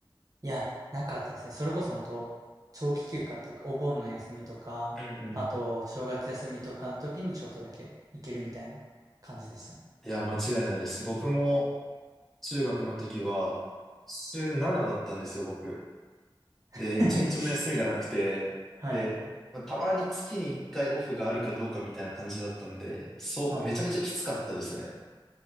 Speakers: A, on the right; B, in the centre.
A: いや、なかったですね。それこそほんと、長期休暇っていうか、お盆の休みとか、
B: うんうん。
A: あと、正月休みとかの時にちょっとだけ行けるみたいな感じでしたね。
B: いやー、間違いないです。僕も中学の時は、週7だったんですよ、僕。で、
A: <laughs> は
B: 一日も休みがなくて、
A: い、はい、
B: で、
A: はい。
B: まあ、たまに月に一回オフがあるかどうかみたいな感じだったんで、そう、
A: はあはあはあ
B: めちゃめちゃきつかったですね。